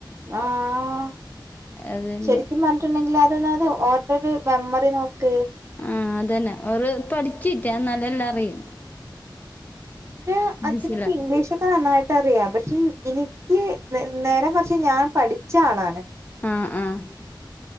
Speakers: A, on the right; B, on the left.
A: ആഹ്
B: അതന്നെ
A: ശരിക്കും പറഞ്ഞ ണ്ടെങ്കിൽ അതന്നത് ഓരോരു മെമ്മറി നോക്ക്
B: ആഹ് അതന്നെ ഒരു പഠിച്ചിട്ടാ നല്ല എല്ലാം അറിയുന്നു
A: എന്റെ അച്ഛനൊക്കെ
B: മനസ്സിലാ
A: ഇംഗ്ലീഷൊക്കെ നന്നായിട്ട് റിയാം പക്ഷെ എനിക്ക് നേരം കുറച്ച് ഞാൻ പഠിച്ച ആളാണ്
B: ആഹ് ആഹ്